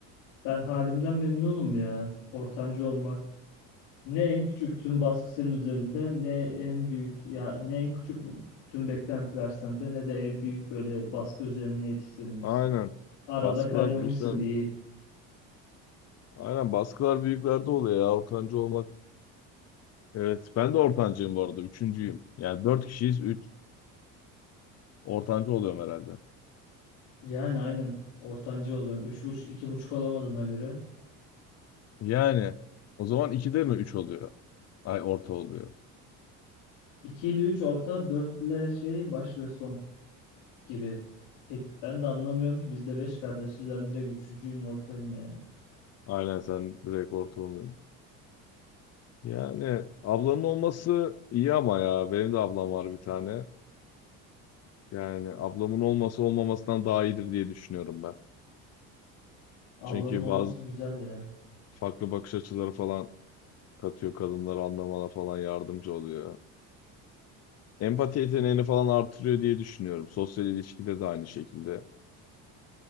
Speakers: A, on the left; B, on the left.
A: Ben halimden memnunum ya. Ortancı olmak. Ne en küçük tüm baskı senin üzerinde ne en büyük ya ne en küçük bu- tüm beklentiler sende ne de en büyük böyle baskı üzerine yetiştirilmişsin.
B: Aynen.
A: Arada
B: Baskılar
A: kaynamışsın
B: büyüklerde.
A: iyi.
B: Aynen baskılar büyüklerde oluyor ya. Ortancı olmak. Evet ben de ortancıyım bu arada. Üçüncüyüm. Yani dört kişiyiz. Üç. Ortancı oluyorum herhalde.
A: Yani aynen ortancı oluyorsun. Üç buçuk, iki buçuk olamadığına göre.
B: Yani o zaman 2'de mi 3 oluyor? Ay orta oluyor.
A: 2 ile 3 orta, 4 ile şey baş ve son gibi. Pek ben de anlamıyorum ki biz de 5 kardeşiz. Ben direkt üçüncüyüm ortayım yani.
B: Aynen sen direkt orta oluyorsun. Yani ablanın olması iyi ama ya benim de ablam var bir tane. Yani ablamın olması olmamasından daha iyidir diye düşünüyorum ben.
A: Ablanın
B: Çünkü
A: olması
B: bazı
A: güzel ya.
B: farklı bakış açıları falan katıyor kadınları anlamana falan yardımcı oluyor. Empati yeteneğini falan artırıyor diye düşünüyorum. Sosyal ilişkide de aynı şekilde.